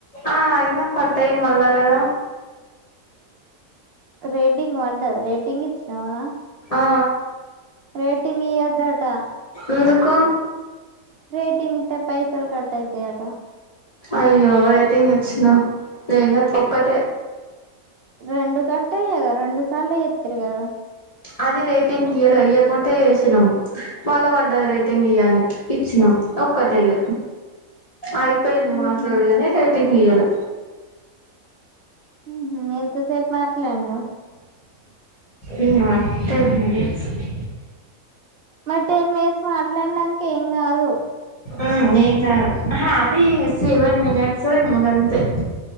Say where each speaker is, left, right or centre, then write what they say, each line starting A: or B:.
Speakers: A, on the left; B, on the right.
A: ఆ అయిన పడ్డయి మళ్ళ కదా
B: రేటింగ్ వడ్డది రేటింగ్ ఇచ్చినవా
A: ఆ
B: రేటింగ్ ఇయ్యేద్దట
A: ఎందుకు
B: రేటింగ్ ఇత్తే పైసలు కట్ అయితై అట
A: అయ్యో రేటింగ్ ఇచ్చిన ఎంగాద్ ఒక్కటే
B: రెండు కట్ట అయ్యా కదా రెండు సార్లు ఏత్తిరి కదా
A: అది రేటింగ్ ఇయ్యలే ఇయకుంటే ఏసినం మళ్ళ పడ్డది రేటింగ్ ఇయ్యని ఇచ్చిన ఒక్కటేగ అయిపోయింది
B: మ్మ్
A: మాట్లాడుగనీ
B: హ్మ్
A: రేటింగ్ ఇయ్యలే
B: ఊహు ఎంతసేప్ మాట్లాడినవ్
A: ఇంగ అత్తరు డ్రెస్ కి
B: మరి టెన్ మినిట్స్ మాట్లాడినంక ఏం కాదు
A: ఉ ఏం గాద్ అహా అది సెవెన్ మినిట్స్ ఏమో గంతే